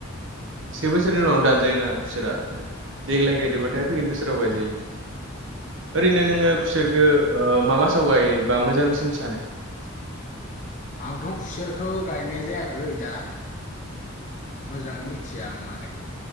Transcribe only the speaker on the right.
से बोसोरनि उनाव दान जायोना खुसेरा देग्लाय गायदोबाथाय फैगोन बोसोराव गायजायो। ओरैनो
नोङो
खुसेरखो ओ मा मासाव गायोबा मोजांसिन सानो?